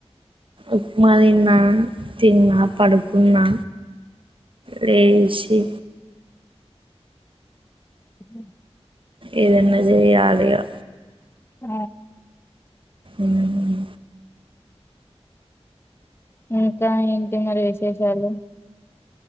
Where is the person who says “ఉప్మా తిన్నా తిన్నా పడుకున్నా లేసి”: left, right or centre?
Right